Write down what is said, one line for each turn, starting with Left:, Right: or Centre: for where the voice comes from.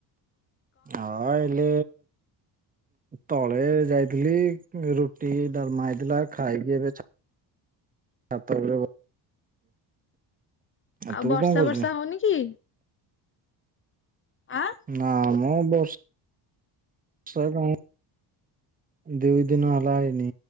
Right: ହଁ ଏଇଲେ ତଳେ ଯାଇଥିଲି ରୁଟି ଡାଲମା ହେଇଥିଲା ଖାଇକି ଏବେ ଛାତ ଉପରେ
Left: ଆଉ
Right: ତୁ
Left: ବର୍ଷା
Right: କଣ କରୁଛୁ?
Left: ବର୍ଷା ହଉନି କି? ଆ
Right: ନା ମୁଁ ବ ସ ଗା ଦି ଦିନ ହେଲାଏନି